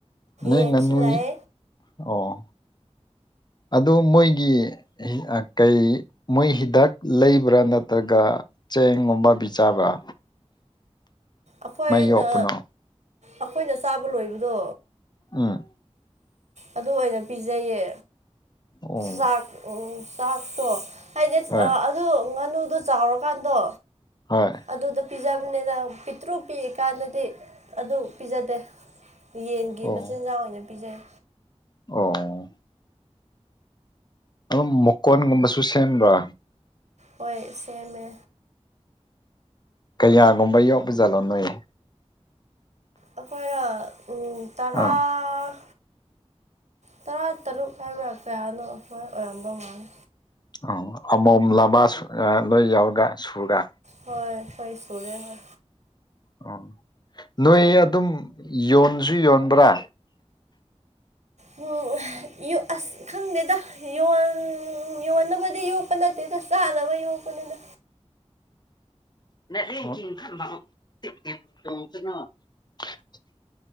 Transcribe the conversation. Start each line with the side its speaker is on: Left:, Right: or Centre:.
Left: ꯅꯣꯏ
Right: ꯌꯦꯟꯁꯨ
Left: ꯉꯥꯅꯨꯏ
Right: ꯂꯩ
Left: ꯑꯣ ꯑꯗꯣ ꯃꯣꯏꯒꯤ ꯀꯩ ꯃꯣꯏ ꯍꯤꯗꯥꯛ ꯂꯩꯕ꯭ꯔꯥ ꯅꯠꯇ꯭ꯔꯒ ꯆꯦꯡꯒꯨꯝꯕ ꯄꯤꯖꯥꯕꯔꯥ
Right: ꯑꯩꯈꯣꯏꯅ
Left: ꯌꯣꯛꯄꯅꯣ
Right: ꯑꯩꯈꯣꯏꯅ ꯆꯥꯕ ꯂꯣꯏꯕꯗꯣ
Left: ꯎꯝ
Right: ꯑꯗꯨ ꯑꯣꯏꯅ ꯄꯤꯖꯩꯌꯦ
Left: ꯑꯣ
Right: ꯆꯥꯛ ꯎꯝ ꯆꯥꯛꯇꯣ ꯍꯥꯏꯗꯤ
Left: ꯍꯣꯏ
Right: ꯑꯗꯨ ꯉꯥꯅꯨꯗꯣ ꯆꯥꯎꯔꯀꯥꯟꯗꯣ
Left: ꯍꯣꯏ
Right: ꯑꯗꯨꯗꯣ ꯄꯤꯖꯕꯅꯤꯅ ꯄꯤꯛꯇ꯭ꯔꯨꯛ ꯄꯤꯛꯏꯀꯥꯟꯗꯗꯤ ꯑꯗꯨ ꯄꯤꯖꯗꯦ ꯌꯦꯟꯒꯤ
Left: ꯑꯣ
Right: ꯃꯆꯤꯟꯖꯥꯛ ꯑꯣꯏꯅ ꯄꯤꯖꯩ
Left: ꯑꯣ ꯑꯗꯨꯝ ꯃꯨꯀꯣꯟꯒꯨꯝꯕꯁꯨ ꯁꯦꯝꯕ꯭ꯔꯥ
Right: ꯍꯣꯏ ꯁꯦꯝꯃꯦ
Left: ꯀꯌꯥꯒꯨꯝꯕ ꯌꯣꯛꯄꯖꯥꯜꯂꯣ ꯅꯣꯏ
Right: ꯑꯩꯈꯣꯏꯔꯣ ꯎꯝ ꯇꯔꯥ
Left: ꯑꯥ
Right: ꯇꯔꯥ ꯇꯔꯨꯛ ꯍꯥꯏꯕ꯭ꯔꯥ ꯀꯌꯥꯅꯣ ꯍꯣꯏ ꯑꯣꯏꯔꯝꯗꯧ ꯃꯥꯜꯂꯦ
Left: ꯑꯣ ꯑꯃꯣꯝꯂꯕ ꯁꯨ-ꯑ ꯂꯣꯏ ꯌꯥꯎꯔꯦ ꯁꯨꯔꯦ
Right: ꯍꯣꯏ ꯍꯣꯏ ꯁꯨꯔꯦ ꯉ
Left: ꯑꯣ ꯅꯣꯏ ꯑꯗꯨꯝ ꯌꯣꯟꯁꯨ ꯌꯣꯟꯕ꯭ꯔꯥ
Right: ꯍꯝ ꯑ ꯌꯣ-ꯑꯁ ꯈꯪꯗꯦꯗꯣꯟ ꯌꯣꯟ-ꯌꯣꯟꯅꯕꯗꯤ ꯌꯣꯛꯄꯅꯠ ꯇꯦꯗ ꯆꯥꯅꯕ ꯌꯣꯛꯄꯀꯄꯅꯦꯗ
Left: <inaudible> <unintelligible>